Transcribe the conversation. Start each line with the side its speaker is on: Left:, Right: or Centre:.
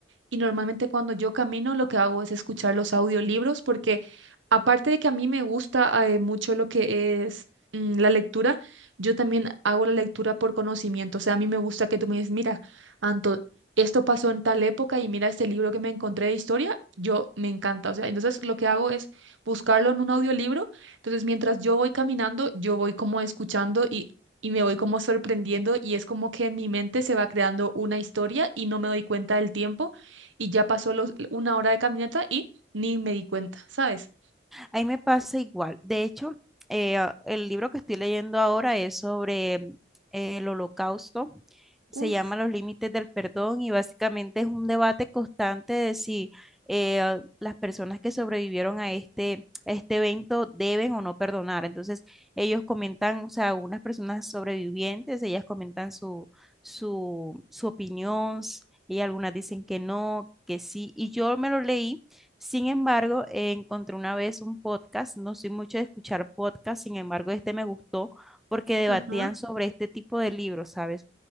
Right: Y normalmente cuando yo camino lo que hago es escuchar los audiolibros porque aparte de que a mí me gusta eh, mucho lo que es mm, la lectura, yo también hago la lectura por conocimiento. O sea, a mí me gusta que tú me digas, mira, Anto, esto pasó en tal época y mira este libro que me encontré de historia, yo me encanta. O sea, entonces lo que hago es buscarlo en un audiolibro. Entonces mientras yo voy caminando, yo voy como escuchando y... Y me voy como sorprendiendo y es como que en mi mente se va creando una historia y no me doy cuenta del tiempo y ya pasó los, una hora de caminata y ni me di cuenta, ¿sabes?
Centre: A mí me pasa igual. De hecho, eh, ah, el libro que estoy leyendo ahora es sobre eh, el holocausto.
Right: Uf,
Centre: Se llama Los límites del perdón y básicamente es un debate constante de si eh, ah, las personas que sobrevivieron a este, a este evento deben o no perdonar. Entonces, ellos comentan, o sea, unas personas sobrevivientes, ellas comentan su, su, su opinión, y algunas dicen que no, que sí. Y yo me lo leí sin embargo, eh, encontré una vez un podcast, no soy mucho de escuchar podcast, sin embargo, este me gustó porque debatían
Right: ajá,
Centre: sobre este tipo de libros, ¿sabes?